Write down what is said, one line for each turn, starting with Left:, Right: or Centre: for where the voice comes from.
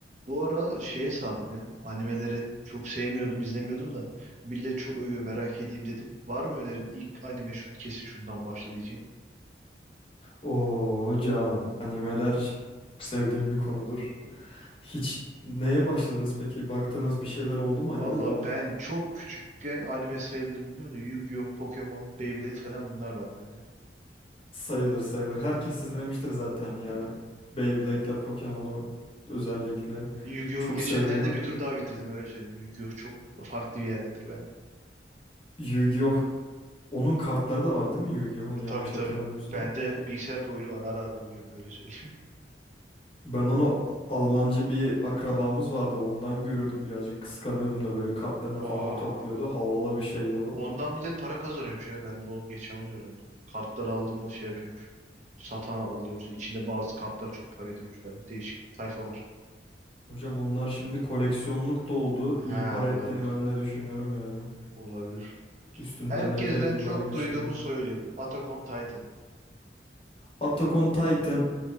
Right: Bu ara şeye sardım ya. Animeleri çok sevmiyordum, izlemiyordum da. Millet çok övüyor, merak edeyim dedim. Var mı önerin? İlk anime şu, kesin şundan başla diyeceğim.
Left: Oo hocam animeler çok sevdiğim bir konudur.
Right: Hı.
Left: Hiç neye başladınız peki? Baktığınız bir şeyler oldu mu animelerden?
Right: Valla ben çok küçükken anime sayılırım bilmiyorum da Yu-Gi-Oh, Pokemon, Beyblade falan bunlar var bende.
Left: Sayılır sayılır.
Right: Hmm.
Left: Herkes izlemiştir zaten ya.
Right: Eh.
Left: Beyblade'le Pokemon'u özellikle
Right: Yu-Gi-Oh'u
Left: çok
Right: geçenlerde
Left: seviliyorlar.
Right: bir tur daha bitirdim öyle söyleyeyim. Yu-Gi-Oh çok farklı bir yerdedir bende.
Left: Yu-Gi-Oh! Onun kartları da var değil mi Yu-Gi-Oh!'un yanlış
Right: Tabii tabii.
Left: hatırlamıyorsam?
Right: Bende bilgisayarda oyunu var. Ara ara oynuyorum öyle söyleyeyim.
Left: Ben onu Almancı bir akrabamız vardı. Ondan görüyordum birazcık kıskanıyordum da böyle kartlarını
Right: <laughs>
Left: falan
Right: Aa.
Left: topluyordu. Havalı bir şeydi o.
Right: Ondan millet para kazanıyormuş ya. Ben o geçen onu öğrendim. Kartları aldım mı şey yapıyormuş. Satan alıyormuş. İçinde bazı kartlar çok para ediyormuş falan. Değişik sayfa var.
Left: Hocam onlar şimdi koleksiyonluk da oldu. İyi
Right: He
Left: para
Right: olabilir.
Left: ettiğini ben de düşünüyorum yani.
Right: Olabilir.
Left: Üstünden
Right: Herkesten
Left: epey yıllar
Right: çok
Left: geçti.
Right: duyduğumu söyleyeyim. Attack on Titan.
Left: Attack on Titan